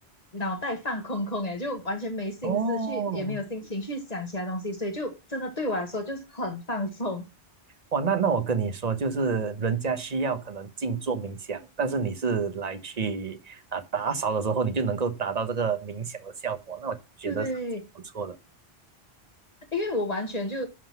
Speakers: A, on the left; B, on the right.
A: 脑袋放空空，诶，就完全没心思去，
B: 哦，
A: 也没有心情去想其他东西，所以就真的对我来说就是很放松。
B: 哇，那那我跟你说，就是人家需要可能静坐冥想，但是你是来去啊、打扫的时候，你就能够达到这个冥想的效果，那我觉得是挺不错的。
A: <laughs> 对，因为我完全就